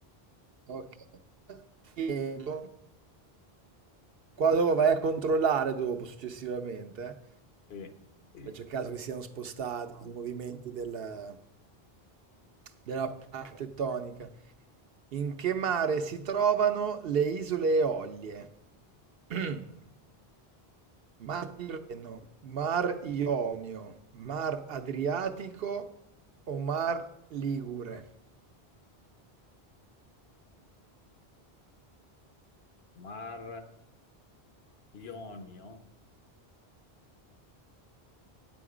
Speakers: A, on the right; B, on the left.
A: Ok. Chiedo- Qua dopo vai a controllare dopo, successivamente,
B: Sì. Sì.
A: eh. e c'è il caso che siano spostati i movimenti del- della parte tettonica. In che mare si trovano le Isole Eolie? <clears throat> Mar Tirreno, Mar Ionio, Mar Adriatico o Mar Ligure?
B: Mar Ionio?